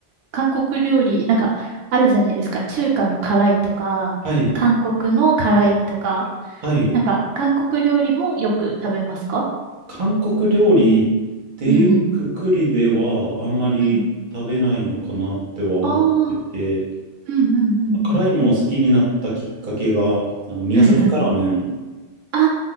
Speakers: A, on the right (about 85°); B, on the right (about 45°).
A: 韓国料理、なんか、あるじゃないですか。中華の辛いとか、
B: はい、
A: 韓国の辛いとか、
B: はい。
A: なんか、韓国料理もよく食べますか
B: 韓国料理っていうくくりではあんまり食べないのかなっては思ってて、
A: うんうん。うん。ああ、うんうんうんうん。
B: 辛いもの好きになったきっかけが、あの宮崎辛麺
A: はいはい。あ